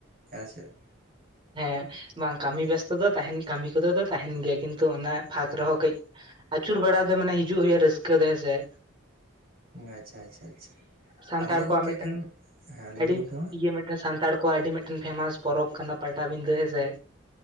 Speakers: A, on the right (about 45°); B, on the right (about 25°).
A: ᱦᱮᱸ ᱥᱮ ᱾
B: ᱦᱮᱸ ᱵᱟᱝ ᱠᱟᱹᱢᱤ ᱵᱮᱥᱛᱮᱫᱚ ᱛᱟᱦᱮᱱ ᱠᱟᱹᱢᱤ ᱠᱚᱫᱚ ᱫᱚ ᱛᱟᱦᱮᱱ ᱜᱮᱭᱟ ᱠᱤᱱᱛᱩ ᱚᱱᱟ ᱵᱷᱟᱠ ᱨᱮᱦᱚᱸ ᱠᱟᱹᱡ ᱟᱹᱪᱩᱨ ᱵᱟᱲᱟ ᱫᱚ ᱢᱟᱱᱮ ᱦᱤᱡᱩᱜ ᱦᱩᱭᱩᱜᱼᱟ ᱨᱟᱹᱥᱠᱟᱹ ᱫᱚ ᱦᱮᱸ ᱥᱮ ᱾
A: ᱟᱪᱪᱷᱟ ᱟᱪᱪᱷᱟ ᱟᱪᱪᱷᱟ
B: ᱥᱟᱱᱛᱟᱲ
A: ᱟᱞᱮ ᱫᱚ
B: ᱠᱚᱣᱟᱜ
A: ᱜᱚᱢᱠᱮ
B: ᱢᱤᱫᱴᱮᱱ
A: ᱮᱠᱷᱟᱱ ᱦᱮᱸ ᱞᱟᱹᱭ ᱵᱤᱱ
B: ᱟᱹᱰᱤ
A: ᱜᱚᱢᱠᱮ ᱢᱟ
B: ᱤᱭᱟᱹ ᱢᱤᱫᱴᱮᱱ ᱥᱟᱱᱛᱟᱲ ᱠᱚᱣᱟᱜ ᱟᱹᱰᱤ ᱢᱤᱫᱴ ᱴᱮᱱ ᱯᱷᱮᱢᱟᱥ ᱯᱚᱨᱚᱵᱽ ᱠᱟᱱᱟ ᱯᱟᱴᱟᱵᱤᱸᱫᱟᱹ ᱦᱮᱸᱥᱮ᱾